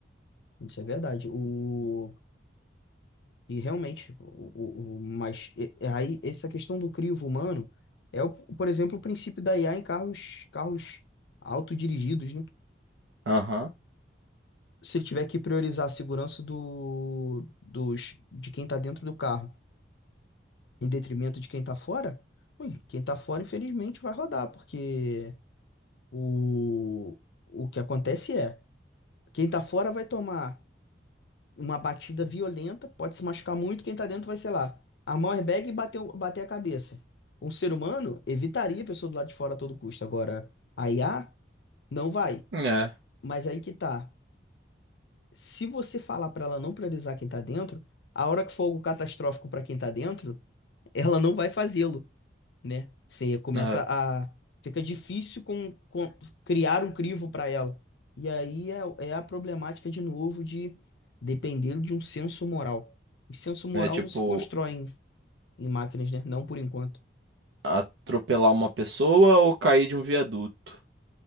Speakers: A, on the left; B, on the right.
A: Isso é verdade. O... E realmente, o, o, o- mas e- e aí essa questão do crivo humano é, o- por exemplo, o princípio da IA em carros, carros autodirigidos, né?
B: Aham.
A: se ele tiver que priorizar a segurança do, dos, de quem está dentro do carro em detrimento de quem está fora, ui, quem está fora, infelizmente, vai rodar, porque o, o que acontece é, quem está fora vai tomar uma batida violenta, pode se machucar muito, quem está dentro vai, sei lá, armar o airbag e bater, o- bater a cabeça. Um ser humano evitaria a pessoa do lado de fora a todo custo. Agora, a IA não vai.
B: É,
A: Mas aí que tá. Se você falar para ela não priorizar quem tá dentro, a hora que for algo catastrófico para quem tá dentro, <laughs> ela não vai fazê-lo, né? Você começa
B: é.
A: a. Fica difícil com, com- criar um crivo para ela. E aí é, é a problemática de novo de depender de um senso moral. O senso moral
B: É tipo
A: não se constrói em, em máquinas, né? Não por enquanto.
B: atropelar uma pessoa ou cair de um viaduto.